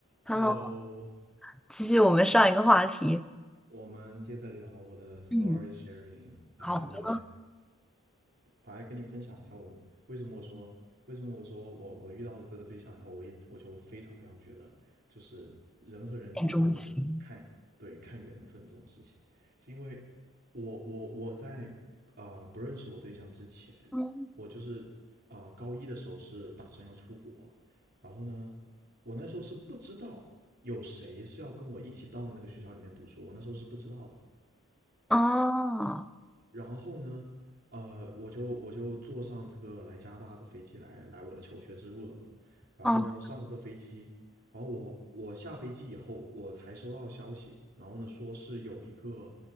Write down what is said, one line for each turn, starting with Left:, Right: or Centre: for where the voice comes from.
Centre: Hello，
Right: Hello，
Centre: 继续我们上一个话题，
Right: 我们接着聊我的 story
Centre: 嗯，
Right: sharing。哎，
Centre: 好的
Right: 我来，我来跟你分享一下我们为什么我说为什么我说我我遇到了这个对象以后，我也我就非常非常觉得，就是人和人之间真的是看对看缘分这种事情，
Centre: 恋钟情
Right: 是因为我我我在呃不认识我对象之前，
Centre: 嗯
Right: 我就是啊、呃高一的时候是打算要出国，然后呢，我那时候是不知道。有谁是要跟我一起到那个学校里面读书，我那时候是不知道的。
Centre: 哦
Right: 然后呢，呃，我就我就坐上这个来加拿大的飞机来来我的求学之路了嘛。然后上了这飞机，
Centre: 哦，
Right: 然后我我下飞机以后，我才收到消息，然后呢说是有一个